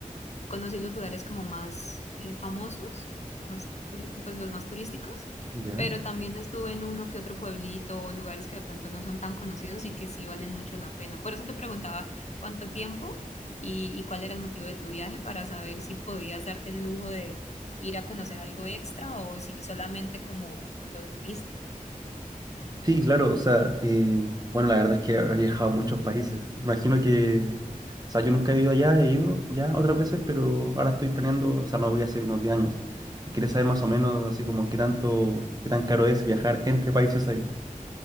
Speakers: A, on the left (about 50°); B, on the right (about 25°).
A: conocí los lugares como más eh, famosos, más turi- pues los más turísticos,
B: Ya.
A: pero también estuve en uno que otro pueblito o lugares que de pronto no son tan conocidos y que sí valen mucho la pena. Por eso te preguntaba cuánto tiempo y, y cuál era el motivo de tu viaje para saber si podías darte el lujo de ir a conocer algo extra o si solamente como lo turístico.
B: Sí, claro, o sea, eh, bueno, la verdad es que he viajado a muchos países. Imagino que, o sea, yo nunca he ido allá, he ido ya otras veces, pero ahora estoy planeando, o sea, no voy a hacer unos 10 años. Y quería saber más o menos así como qué tanto, qué tan caro es viajar entre países ahí.